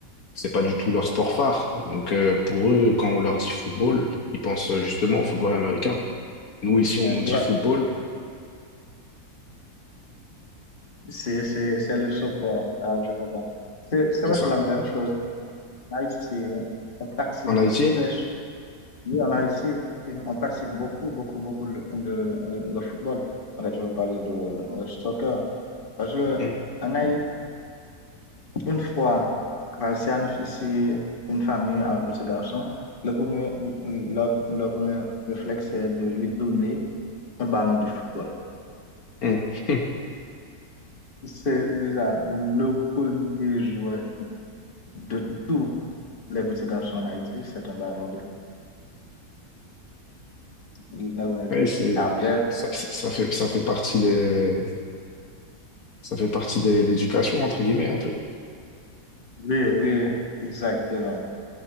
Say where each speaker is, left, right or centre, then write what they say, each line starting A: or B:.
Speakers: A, on the left; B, on the left.
A: C'est pas du tout leur sport phare. Donc euh, pour eux, quand on leur dit football, ils pensent euh, justement au football américain. Nous ici, on nous dit
B: Ouais.
A: football.
B: C'est, c'est, c'est le soccer, Ah, je comprends. C'est, c'est
A: C'est
B: vrai,
A: ça.
B: c'est la même chose. En Haïti, on pratique
A: En Haïti,
B: presque, oui, en Haïti, on pratique beaucoup, beaucoup, beaucoup le, le, le football. En fait, je veux parler de euh, soccer. Parce que,
A: hum,
B: en Haïti, une fois, bah, c'est un- c'est une famille un petit garçon. Le premier, le, le premier réflexe, c'est de lui donner un ballon de football.
A: hum, <laughs>
B: C'est là, le premier jouet de tous les petits garçons en Haïti, c'est un ballon de football.
A: Ouais, c'est,
B: Après,
A: ça, ça, ça fait, ça fait partie des, ça fait partie de l'éducation, entre guillemets, un peu.
B: Oui, oui, exactement.